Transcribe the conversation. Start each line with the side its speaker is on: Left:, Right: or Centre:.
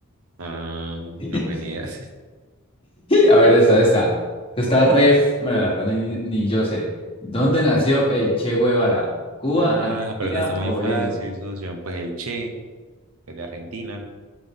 Right: Ah, no,
Left: <laughs>
Right: pues ni idea. <laughs>
Left: A ver, esta, esta. Esta está ref. Bueno, la verdad, ni, ni yo sé. ¿Dónde nació el Che Guevara? ¿Cuba,
Right: No, la
Left: Argentina
Right: pregunta está muy
Left: o Bolivia?
Right: fácil, socio. Pues el Che, que es de Argentina,